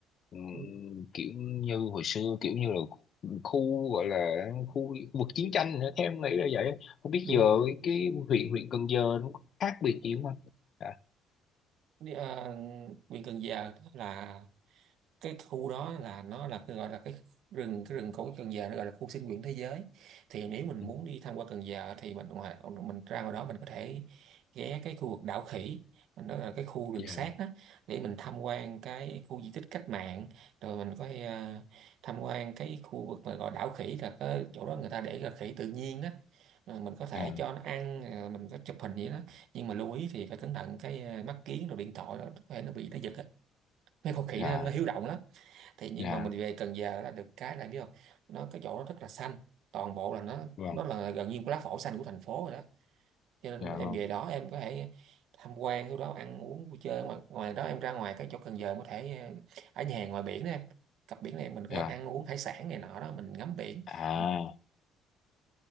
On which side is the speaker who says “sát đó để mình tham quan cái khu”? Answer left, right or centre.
Right